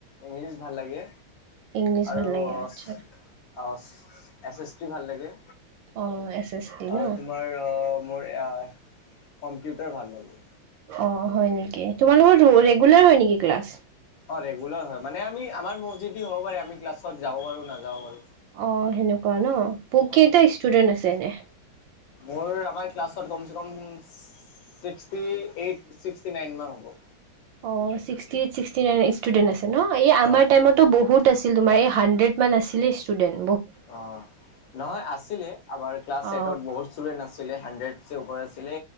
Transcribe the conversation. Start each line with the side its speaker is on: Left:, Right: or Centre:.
Left: ইংলিছ ভাল লাগে।
Right: ইংলিছ
Left: আৰু
Right: ভাল লাগে
Left: অ
Right: আচ্ছা
Left: এছেট্ৰি ভাল লাগে
Right: অ এছ এছ টি ন
Left: আৰু তোমাৰ অ মোৰ - আহ কম্পিউটাৰ ভাল লাগে।
Right: অ হয় নেকি তোমাৰ লগত ৰেগুলাৰ হয় নেকি ক্লাছ
Left: অ ৰেগুলাৰ হয় মানে আমি আমাৰ মৰজিদি হব পাৰে আমি ক্লাছত যাব পাৰো নাযাব পাৰো।
Right: অ সেনেকুৱা ন
Left: অ অ
Right: কেইটা ষ্টুডেন্ট আছে এনেই
Left: মোৰ আমাৰ ক্লাছত কম চে কম - ছিক্সটি এইট ছিক্সটি নাইন মান হব -
Right: অ sixty eight sixty nine student আছে ন আমাৰ
Left: অ',
Right: বহুত আছিল তোমাৰ হাণ্ড্ৰেডমান আছিলে ষ্টুডেণ্ট -
Left: অ নহয় আছিলে আমাৰ ক্লাছ
Right: অ
Left: এইটত বহুত ষ্টুডেন্ট আছিল হাণ্ড্ৰেড - চে ওপৰ আছিলে